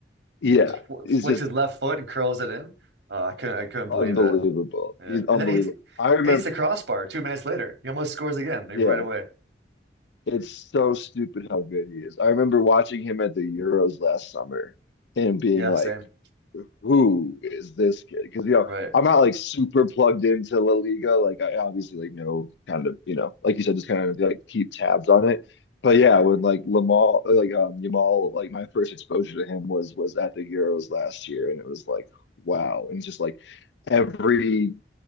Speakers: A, on the left (about 80°); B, on the right (about 80°).
A: Yeah,
B: Fl-
A: he's
B: flicks
A: just
B: his left foot and curls it in. Uh, I couldn't I couldn't believe
A: unbelievable.
B: that. Yeah,
A: He's unbelievable.
B: and then he hits, then
A: I remember,
B: he hits the crossbar two minutes later. He almost scores again, like
A: yeah,
B: right away.
A: it's so stupid how good he is. I remember watching him at the Euros last summer and being
B: Yeah,
A: like,
B: same.
A: who is this kid? Because you know,
B: Right.
A: I'm not like super plugged into La Liga. Like I obviously like know kind of, you know, like you said, just kind of like keep tabs on it. But yeah, when like Lamal, like um Yamal, like my first exposure to him was was at the Euros last year, and it was like wow, and it's just like every.